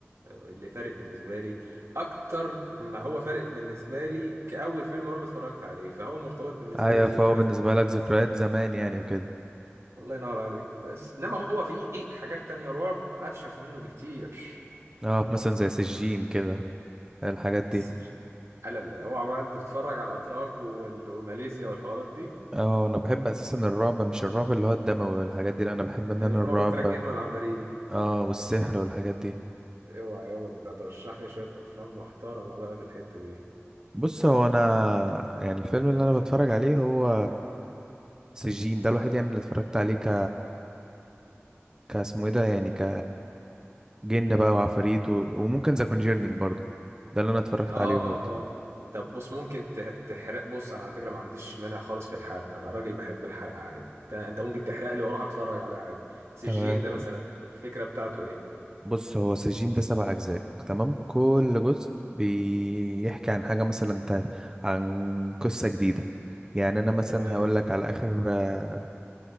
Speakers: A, on the right (about 80°); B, on the right (about 15°).
A: اللي فارق بالنسبه لي اكتر ما هو فارق بالنسبه لي كاول فيلم رعب اتفرجت عليه فهو مرتبط بالنسبه
B: ايوه
A: لي بذكريات
B: فهو بالنسبة لك ذكريات زمان يعني وكده
A: الله ينور عليك بس انما هو في حاجات تانية رعب افشخ منه بكتير
B: اه
A: تمام
B: مثلا زي سجين كده الحاجات دي
A: السج... لا لا لا، اوعى بقى انت تتفرج على الاتراك وال... وماليزيا والحوارات دي
B: اه انا بحب اساسا الرعب مش الرعب اللي هو الدموي والحاجات دي لا انا بحب ان
A: الرعب
B: انا الرعب
A: بتاع الجن والعفاريت
B: اه والسحر والحاجات دي
A: اوعى يابا ده انت هترشح لي شوية افلام محترمة بقى في الحتة دي
B: بص هو انا يعني الفيلم اللي انا بتفرج عليه هو سجين ده الوحيد يعني اللي اتفرجت عليه ك كاسمه ايه ده يعني ك جن بقى وعفاريت و... وممكن ذا كونجيرنينج برضو ده اللي انا اتفرجت
A: اه
B: عليه برضو
A: اه طب بص ممكن تح- تحرق بص انا على فكرة ما عنديش مانع خالص في الحرق انا راجل بحب الحرق عادي انت أنت ممكن تحرق لي واروح اتفرج عليه عادي سجين
B: تمام
A: ده مثلا الفكرة بتاعته ايه
B: بص هو سجين ده سبع اجزاء تمام كل جزء بيحكي عن حاجة مثلا تانية عن قصة جديدة يعني انا مثلا
A: تمام
B: هقول لك على اخر آه،